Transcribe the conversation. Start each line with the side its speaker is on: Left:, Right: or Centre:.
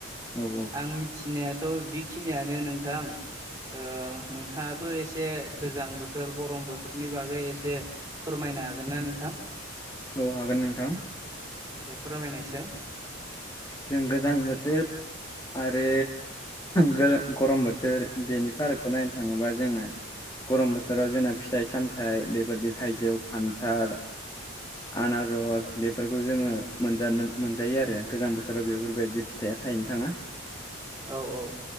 Left: औ
Right: आं मिथिनायाथ' बिखिनियानो नोंथां ओ नोंथाङाबो एसे गोजां बोथोर गरम बोथोरनि बागै एसे फोरमायनो हागोन ना नोंथां
Left: औ हागोन नोंथां
Right: दे फोरमायनायसै
Left: जों गोजां बोथोर आरो गो गरम बोथोर बेनि फारागखौ नायनो थाङोबा जोंना गरम बोथोराव जोंना फिथाइ-सामथाय बेबादि थाइजौ खान्थाल आनारस बेफोरखौ जोङो मोनजा मोनजायो आरो गोजां बो राव बेफोरबायदि फिथाइया थायनो थाङा
Right: औ औ